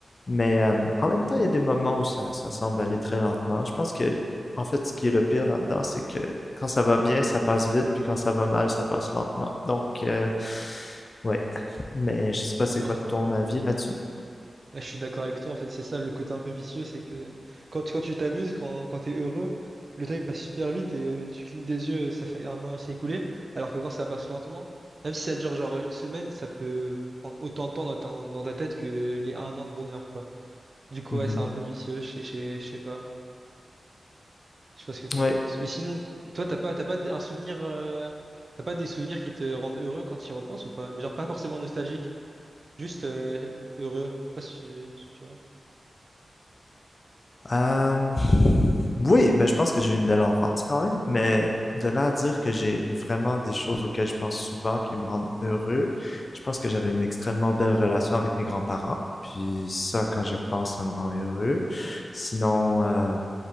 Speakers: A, on the left; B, on the right.
A: Mais euh, en même temps, il y a des moments où ça, ça semble aller très lentement. Je pense que, en fait, ce qui est le pire là-dedans, c'est que quand ça va bien, ça passe vite, puis quand ça va mal, ça passe lentement. Donc, euh, ouais. Mais je sais pas, c'est
B: Ouais.
A: quoi ton avis là-dessus?
B: Ouais, Je suis d'accord avec toi, en fait, c'est ça le côté un peu vicieux, c'est que quand, tu- quand tu t'amuses, quand, quand t'es heureux, le temps il passe super vite et euh, tu clignes des yeux et ça fait un an, c'est écoulé. Alors que quand ça passe lentement, même si ça dure genre une semaine, ça peut prendre autant de temps dans ta, dans ta tête que les un an de bonheur, quoi. Du coup,
A: Mhm.
B: ouais, c'est un peu vicieux, je sais je sais- je sais pas. Je sais pas ce que t'en
A: Ouais.
B: penses. Mais sinon, toi, t'as pas, t'as pas d- un souvenir, euh, t'as pas des souvenirs qui te rendent heureux quand tu y repenses ou pas? Mais genre pas forcément nostalgique, juste euh, heureux. Je sais pas si tu, si tu vois.
A: Euh, oui, ben, je pense que j'ai eu une belle enfance quand même, mais de là à dire que j'ai vraiment des choses auxquelles je pense souvent qui me rendent heureux, je pense que j'avais une extrêmement belle relation avec mes grands-parents. Puis ça, quand j'y repense, ça me rend heureux. Sinon, euh,